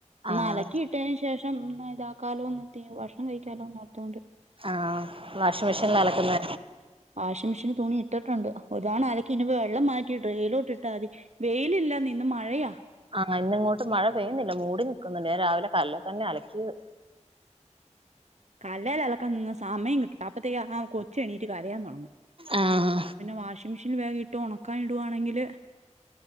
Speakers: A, on the right; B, on the right.
A: ആഹ്
B: ന്നലക്കിയിട്ടേന് ശേഷ് മ് ന്നായിതാക്കാലോ നിർത്തി ഭക്ഷണം കഴിക്കാലൊന്നോർത്തോണ്ട്
A: ആഹ് വാഷിംഗ്‌ മെഷീലാ അലക്ക്ന്നെ
B: വാഷിംഗ് മെഷീനിൽ തുണി ഇട്ടിട്ടുണ്ട് ഒര്തവണ അലക്കി ഇനിപ്പോ വെള്ളം മാറ്റി ഡ്രെയിലോട്ട് ഇട്ടാതി വെയിലില്ലാന്നെ ഇന്ന് മഴയാ
A: ആഹ് ഇന്ന് ഇങ്ങോട്ട് മഴ പെയ്യുന്നില്ല. മൂടി നിക്ക്ന്നുണ്ട്. ഞാൻ രാവിലെ കല്ലെ തന്നെ അലക്കിയത്.
B: കല്ലേല് അലക്കാൻ നിന്ന സമയം കിട്ട് അപ്പത്തേക്ക് ആ കൊച്ച് എണീറ്റ് കരയാൻ തൊടങ്ങും
A: ആഹ്
B: പിന്നെ വാഷിംഗ് മെഷീൻ വേഗയി ട്ടു ഒണക്കാൻ ഇടുവാണെങ്കില്